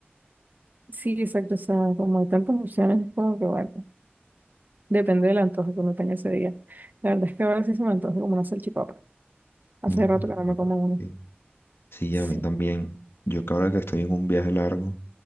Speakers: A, on the right; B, on the left.
A: Sí, exacto, o sea, como hay tantas opciones, es como que bueno, depende del antojo que uno tenga ese día. La verdad es que a veces se me antoja como una salchipapa. Hace
B: Ujú.
A: rato que no
B: Ah,
A: me
B: bueno,
A: como uno.
B: Sí, Sí,
A: Sí.
B: a mí también. Yo que ahora que estoy en un viaje largo,